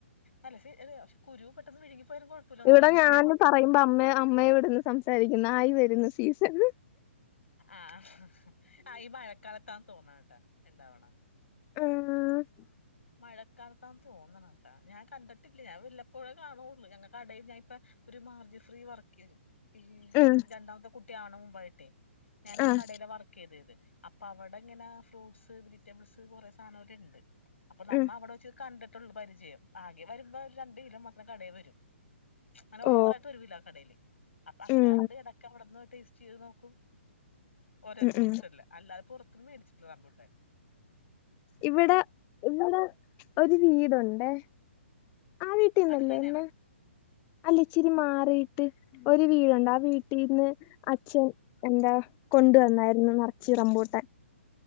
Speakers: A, on the left; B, on the left.
A: <inaudible> വിഴുങ്ങിപ്പോയാലും കുഴപ്പമില്ലന്നാ
B: ഇവിടെ
A: തോന്ന്ല്ലേ
B: ഞൻ പറയുമ്പോ അമ്മ അമ്മയെ ഇവിടുന്ന് സംസാരിക്കുന്നു ആയി വരുന്നു തീസ <inaudible>
A: ആഹ് ആഹ് ഈ മഴക്കാലത്താന്ന് തോന്ന കേട്ടാ ഇണ്ടാവണ
B: ആഹ <unintelligible>
A: മഴക്കാലത്താന്ന് തോന്നണം കേട്ടാ ഞാൻ കണ്ടിട്ടില്ല ഞാൻ വല്ലപ്പോഴേ കാണുകുള്ളു ഞങ്ങ കടൽ ഞാൻ ഇപ്പൊ ഒരു മാർജി ഫ്രീ വർക്ക് ചെയ ഈ
B: ഉം
A: രണ്ടാമത്തെ കുട്ടിയാണ് മുമ്പായിട്ടേ ഞാൻ ആ
B: ആഹ്
A: കടയില് വർക്ക് ചെയ്തത് അപ്പൊ അവിടെ എങ്ങന ഫ്രൂട്ടസ് വെജിറ്റബിൾസ് കുറേ സധനങ്ങള ഉണ്ട് <inaudible> അപ്പൊ നമ്മ
B: ഉം
A: അവിടെച്ച് കണ്ടി് പരിചയം ആകെ വരുമ്പോ രണ്ട കിലോ മാത്രം കടെ വരും അങ്ങനെ ഓവറായിട്ട്
B: ഓ
A: ഒരു കിലോ കടയില് അപ്പൊ അങ്ങനെ
B: ഉം
A: കണ്ട് ഇടക്ക ഇവിടുന്ന് ടൈസ്റ്റ് ചയ്തു നോക്കൂ ഓരോ
B: ഉം
A: ഫ്രൂട്സ്
B: ഉം
A: അല്ലെ അല്ലാതെ പുറത്തിന്നു വെടിച്ചിട്ടില്ല റംബുട്ടാൻ
B: ഇവിടെ ഇവിടെ ഒരു വീടുണ്ടെ ആ വീട്ടിന്നില്ലെ
A: അടുത്ത് തന്നെയാണ്
B: ഇന്ന് ഇച്ചിരി മാറിയിട്ട് ഒരു വീട് ഉണ്ട് വീട്ടിന്ന് അച്ഛൻ എന്താ കൊണ്ട് വന്നരുന്നു നിറച്ചു റംബുട്ടാൻ.